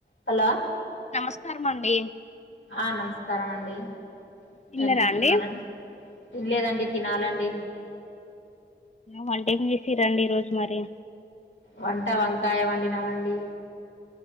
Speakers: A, on the left (about 80°); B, on the left (about 35°).
A: హలా
B: నమస్కారం అండి
A: ఆ నమస్కారం అండి
B: తిన్నరా
A: ఏం చేస్తున్నడి
B: అండి
A: తినలేదండి తినాలండి
B: వంటే చేసి రండి ఈ రోజు మరి
A: వంట వంకాయ వండి నవండి